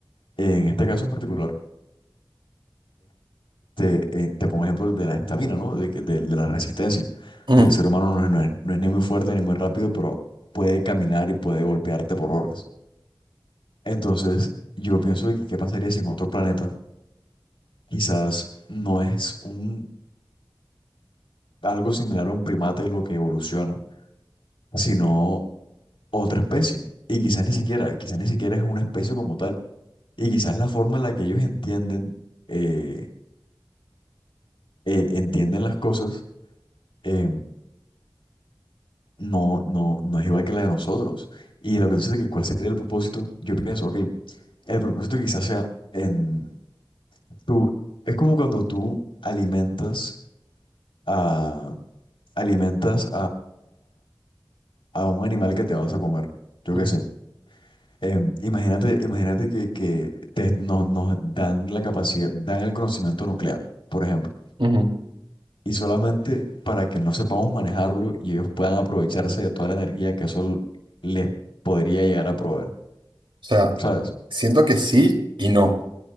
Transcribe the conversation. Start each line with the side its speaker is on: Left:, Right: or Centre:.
Left: En este caso en particular, este, eh, te pongo ejemplo de la estamina, ¿no? De, que- de, de la resistencia,
Right: Ujú,
Left: de que el ser humano no es, no es no es ni muy fuerte ni muy rápido, pero puede caminar y puede golpearte por horas. Entonces, yo pienso de que qué pasaría si en otro planeta quizás no es un, algo similar a un primate lo que evoluciona, sino otra especie. Y quizás ni siquiera, quizás ni siquiera es una especie como tal. Y quizás la forma en la que ellos entienden, eh, eh, entienden las cosas, eh, no, no, no es igual que la de nosotros. Y lo que tú dices de que cuál sería el propósito, yo pienso, ok, el propósito quizás sea en tú, es como cuando tú alimentas a, alimentas a un animal que te vas a comer. Yo
Right: ujú,
Left: qué sé. Em, imagínate, imagínate que, que te- nos, nos dan la capacidad, dan el conocimiento nuclear, por ejemplo,
Right: ujú. O
Left: y solamente para que no sepamos manejarlo y ellos puedan aprovecharse de toda la energía que eso les podría llegar a proveer,
Right: sea,
Left: ¿sabes?
Right: siento que sí y no.